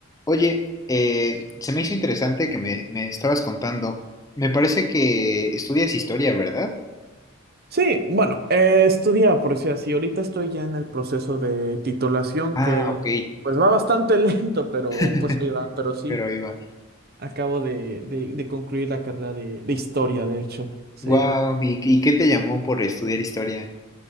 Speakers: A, on the left (about 15°); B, on the right (about 50°).
A: Oye, eh, se me hizo interesante que me, me estabas contando. Me parece que estudias historia, ¿verdad?
B: Sí, bueno, eh, estudiaba, por decir así. Ahorita estoy ya en el proceso de titulación
A: Ah,
B: que
A: ok.
B: pues va bastante <laughs> lento, pero
A: <laughs>
B: pues ahí va. Pero sí,
A: Pero iba.
B: acabo de, de, de concluir la carrera de, de historia, de hecho. Sí.
A: Wow. ¿y, y qué te llamó por estudiar historia?